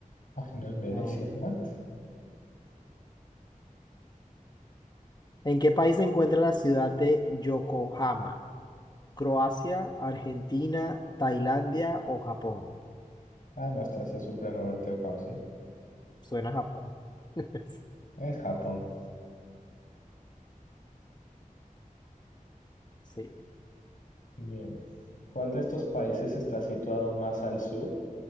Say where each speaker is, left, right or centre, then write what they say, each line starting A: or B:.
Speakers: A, on the left; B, on the left.
A: Ay, no, en Venecia.
B: No.
A: ¿What?
B: ¿En qué país se encuentra la ciudad de Yokohama? ¿Croacia, Argentina, Tailandia o Japón?
A: Ah, no, esta sí es supremamente fácil.
B: Suena a Japón. <laughs>
A: Es Japón.
B: Sí.
A: Bien. ¿Cuál de estos países está situado más al sur?